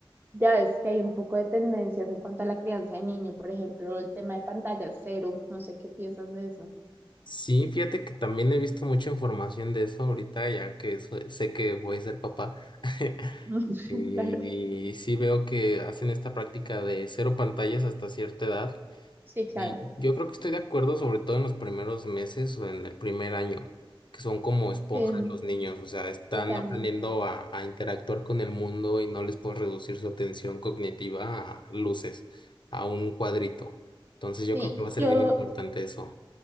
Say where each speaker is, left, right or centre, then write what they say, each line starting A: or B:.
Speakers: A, on the right (about 20°); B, on the left (about 55°).
A: ya ves que hay un poco de tendencias en cuanto a la crianza de niño, por ejemplo, el tema de pantalla cero, no sé qué piensas de eso.
B: sí, fíjate que también he visto mucha información de eso ahorita, ya que so- sé que voy a ser papá. <laughs>
A: <laughs>
B: Y
A: Claro,
B: sí veo que hacen esta práctica de cero pantallas hasta cierta edad
A: sí, claro,
B: Y yo creo que estoy de acuerdo, sobre todo en los primeros meses o en el primer año, que son como esponjas
A: sí,
B: los niños, o sea, están
A: totalmente.
B: aprendiendo a, a interactuar con el mundo y no les puedes reducir su atención cognitiva a luces, a un cuadrito. Entonces yo
A: Sí,
B: creo que va a ser
A: yo
B: bien importante eso.